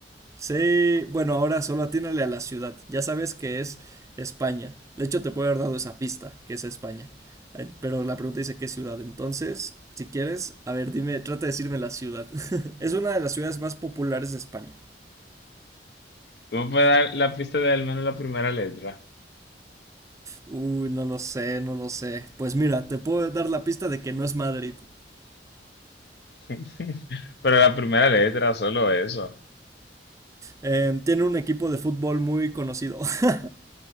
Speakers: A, on the right (about 20°); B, on the left (about 65°).
A: Sí, bueno, ahora solo atínale a la ciudad. Ya sabes que es España. De hecho, te puedo haber dado esa pista, que es España. Eh, Pero la pregunta dice qué ciudad. Entonces, si quieres, a ver, dime, trata de decirme la ciudad. <laughs> Es una de las ciudades más populares de España.
B: Tú me puedes dar la pista de al menos la primera letra.
A: Uy, no lo sé, no lo sé. Pues mira, te puedo dar la pista de que no es Madrid.
B: <laughs> Pero la primera letra, solo eso.
A: Eh, tiene un equipo de fútbol muy conocido. <laughs>